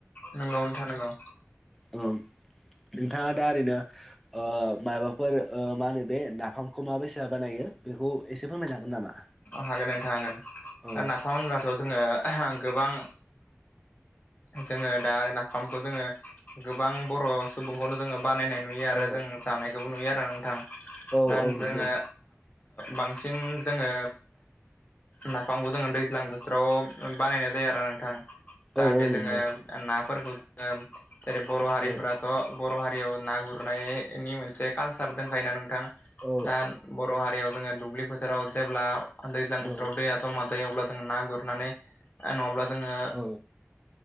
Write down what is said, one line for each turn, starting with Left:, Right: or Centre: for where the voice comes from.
Left: नोंगौ नोंथां नांगौ
Centre: औ नोंथाङा दा ओरैनो ओ माबाफोर मा होनो बे नाफामखौ माबायसा बानायो बेखौ एसे फोरमायनो हागोन नामा?
Left: हागोन नोंथां हागोन
Centre: औ
Left: ओ नाफाम होनब्लाथ' जोङो गोबां जोङो दा नाफामखौ जोङो गोबां बर' सुबुंखौनो जोङो बानायनाय नुयो आरो
Centre: औ
Left: जों जानायखौबो नुयो आरो नोंथां
Centre: औ
Left: दा
Centre: औ नंगौ
Left: जोङो बांसिन जोङो ना- -फामखौ जोङो दैज्लां बोथोराव बानायनाय जायो आरो नोंथां जाहाथे
Centre: औ औ
Left: जोङो
Centre: नंगौ
Left: ना फोरखौ जोङो जेरै बर' हारिफोराथ'
Centre: औ
Left: बर' हारि ना गुरनायनि मोनसे कालचार दंखायोना नोंथां
Centre: औ
Left: दा बर' हारि जों दुब्लि बोथोराव जेब्ला दैज्लां बोथोराव
Centre: औ
Left: दै जमा जायो अब्ला जों ना गुरनानै नङाब्ला जोङो
Centre: औ